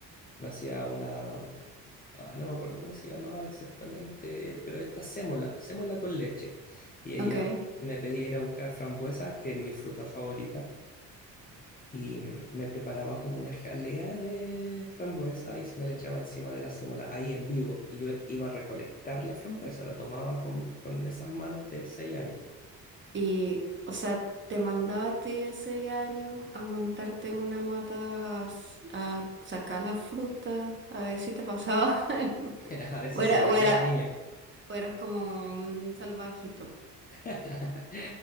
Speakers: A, on the left; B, on the right.
A: me hacía una, ay, no me acuerdo cómo se llamaba exactamente, pero esta sémola, sémola con leche. Y ella
B: Ok.
A: me pedía ir a buscar frambuesas, que es mi fruta favorita, y mm, me preparaba como una jalea de frambuesa y se me la echaba encima de la sémola, ahí en vivo. Y yo iba a recolectar la frambuesa, la tomaba con, con esas manos de seis años,
B: Y, o sea, te mandaba a ti de seis años a montarte en una mata a, s- a sacar la fruta, a ver si te pasaba <laughs> algo.
A: <laughs> a ver
B: O
A: si
B: era,
A: se perdía
B: o era,
A: el niño.
B: o eras como un salvajito.
A: <laughs>